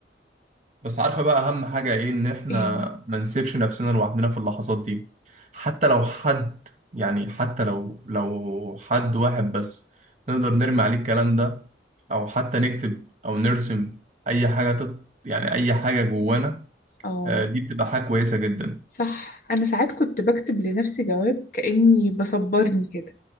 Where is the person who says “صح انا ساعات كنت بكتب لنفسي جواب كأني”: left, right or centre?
Left